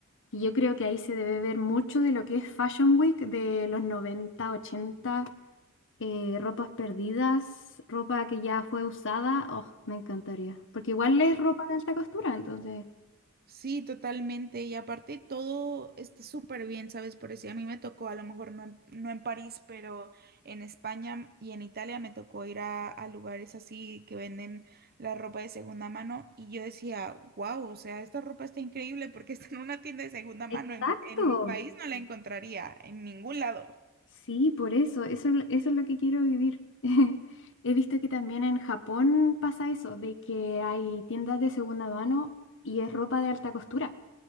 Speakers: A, on the left; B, on the right.
A: Y yo creo que ahí se debe ver mucho de lo que es Fashion Week de los 90, 80, eh, ropas perdidas, ropa que ya fue usada. Oh, me encantaría. Porque igual es ropa de alta costura, entonces.
B: Sí, totalmente. Y aparte todo está súper bien, ¿sabes? Por decir, a mí me tocó, a lo mejor no en, no en París, pero en España y en Italia me tocó ir a, a lugares así que venden la ropa de segunda mano. Y yo decía, wow, o sea, esta ropa está increíble porque <laughs> está en una tienda de segunda
A: Exacto.
B: mano. En, en mi país no la encontraría, en ningún lado.
A: Sí, por eso, eso, es lo- eso es lo que quiero vivir. <laughs> He visto que también en Japón pasa eso, de que hay tiendas de segunda mano y es ropa de alta costura,